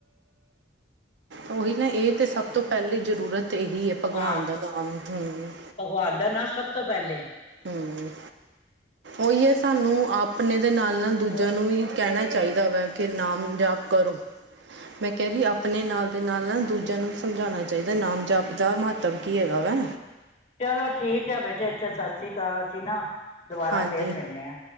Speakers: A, on the right; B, on the left.
A: ਉਹੀ ਨਾ ਇਹ ਤੇ ਸਭ ਤੋਂ ਪਹਿਲੀ ਜ਼ਰੂਰਤ ਇਹੀ ਹੈ ਭਗਵਾਨ
B: ਹਾਂ
A: ਦਾ ਨਾਮ ਹਮ।
B: ਭਗਵਾਨ ਦਾ ਨਾਮ ਸਭ ਤੋਂ ਪਹਿਲੇ।
A: ਹਮ ਉਹੀ ਹੈ ਸਾਨੂੰ ਆਪਣੇ ਦੇ ਨਾਲ ਨਾਲ
B: ਹੋਰ
A: ਦੂਜਿਆਂ ਨੂੰ ਵੀ। ਕਹਿਣਾ ਚਾਹੀਦਾ ਵਾ ਕਿ ਨਾਮ ਜਪ ਕਰੋ।
B: ਹ।
A: ਮੈਂ ਕਹਿ ਰਹੀਂ, ਆਪਣੇ ਨਾਲ ਦੇ ਨਾਲ ਨਾ ਦੂਜਿਆਂ ਨੂੰ ਸਮਝਾਉਣਾ ਚਾਹੀਦਾ, ਨਾਮ -ਜਪ ਦਾ ਮਹਾਤਮ ਕੀ ਹੈਗਾ ਵਾ।
B: ਚਲੋ ਠੀਕ ਹੈ ਬੇਟੇ, ਅੱਛਾ ਸਤਿ ਸ੍ਰੀ ਅਕਾਲ, ਅਸੀਂ ਨਾ ਦੁਬਾਰਾ
A: ਹਾਂਜੀ,
B: ਫੇਰ ਮਿਲਣੇ ਆ